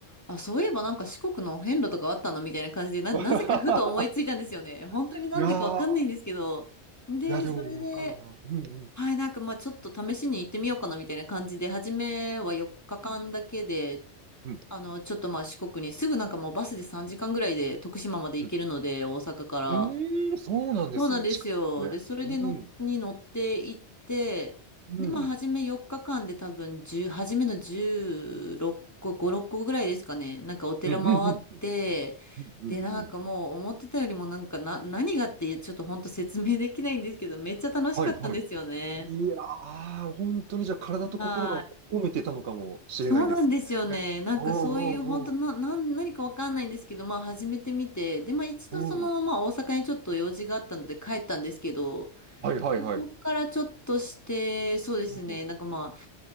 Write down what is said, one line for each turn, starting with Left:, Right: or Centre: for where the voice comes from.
Left: あ、そういえばなんか四国の遍路とかあったのみたいな感じで、な、
Right: <laughs>
Left: なぜかふと思いついたんですよね。本当になんでかわかんないんですけど。
Right: いやー、
Left: で、
Right: いやでもわかるな。
Left: それで、
Right: うんうん。
Left: はい、なんかまあちょっと試しに行ってみようかなみたいな感じで、初めは4日間だけで、
Right: うん。
Left: あの、ちょっとまあ四国にすぐなんかもうバスで3時間ぐらいで徳島まで行けるので、
Right: うん。
Left: 大阪から。
Right: うーん、そうなんですね。
Left: そうなんですよ。
Right: 近いですね。
Left: で、それでの、
Right: うん。
Left: に乗って行って、
Right: うん。
Left: で、まあ初め4日間で多分10、初めの16個、5、6個ぐらいですかね。なんかお寺回って、
Right: うんうんうん。うんうんうん。
Left: で、なんかもう思ってたよりもなんかな、何がってちょっと本当説明できないんですけど、めっちゃ楽しかったんですよね。
Right: はいはい。いやー、本当にじゃあ体と心が褒めてたのかもしれないですね。
Left: はい。そうなんですよね。なんかそういう本当な、
Right: おうおう
Left: なん、何かわかんないんですけど、まあ始めてみて、で、まあ一度その、
Right: おう。うん。
Left: まあ大阪にちょっと用事があったので帰ったんですけど、
Right: はいはいはい。
Left: でそこからちょっとして、そうですね、
Right: うん。
Left: なんかまあ、